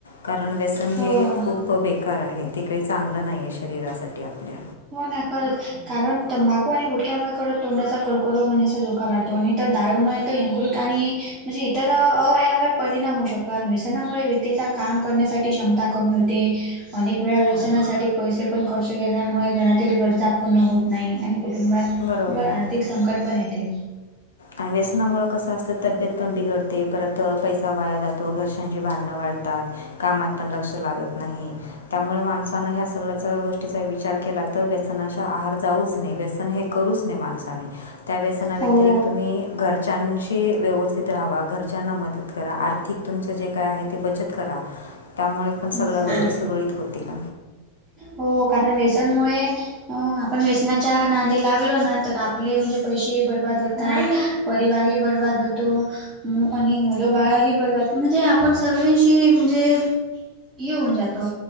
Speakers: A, on the left; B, on the right.
A: कारण व्यसन
B: हो
A: हे खूप प बेकार आहे ते काही चांगलं नाही आहे शरीरासाठी आपल्या.
B: हो ना करत कारण तंबाकू आणि गुटक्यामुळे करत तोंडाचा कर्करोग होण्याचा धोका वाढतो. तो आणि तर दाळूमुळे तर यंकृत आणि म्हणजे इतर अवयावर परिणाम होऊ शकतो आणि व्यसनामुळे व्यक्तीचा काम करण्यासाठी क्षमता कमी होते. अनेक वेळा व्यवसानासाठी
A: हो
B: पैसे पण खर्च केल्यामुळे घरातील गरजा पूर्ण होत नाही आणि कुटुंबात
A: बरोबर
B: व
A: आहे
B: आर्थिक संकट पण येते.
A: आणि व्यसनामुळे कसं असतं तब्येत पण बिघडते परत पैसा वाया जातो घर्षांशी भांडणं वाढतात. कामात पण लक्ष लागत नाही. त्यामुळे माणसान ह्या सगळ्या गोष्टीचा विचार केला तर व्यसनाच्या आहार जाऊच नाही व्यसन हे करूच नये माणसाने त्या व्यसनावितिरिक्त
B: हो
A: मी घरच्यांशी व्यवस्थित राहावा घरच्यांना मदत करा आर्थिक तुमचं जे काय आहे ते बचत करा. त्यामुळे पण सगळ्या
B: बरोबर
A: गोष्टी सुरळीत होतील.
B: हो कारण व्यसनमुळे. अ आपण वेसनाच्या नादी लागलो ना तर आपले म्हणजे पैसे बर्बाद होतात. परिवारही बर्बाद होतो. म आणि मुलं बाळ ही बर्बाद म्हणजे आपण सर्वांशी म्हणजे ह होऊन जातो